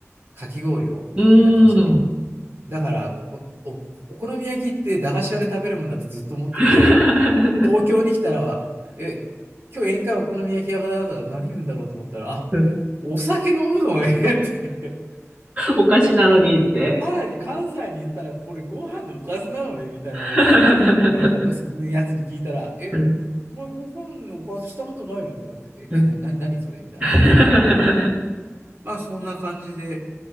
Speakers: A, on the right; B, on the right.
A: かき氷をやってましたね。
B: うーん。
A: だからこお、お好み焼きって駄菓子屋で食べるもんだとずっと思ってて、
B: <laughs>
A: 東京に来たら、え、今日宴会お好み焼き屋だったら何言うんだろうと思ったら、あ、
B: うん
A: お酒飲むのねって。
B: お菓子なのにって。
A: さらに関西に行ったらこれご飯のおかずなのねみたいなね、
B: <laughs>
A: うん、他のやつに聞いたら、え、
B: うん
A: お前ご飯のおかずしたことないのって言われて、
B: うん
A: え、え、な、な、何それみたいなね。
B: <laughs>
A: まあそんな感じで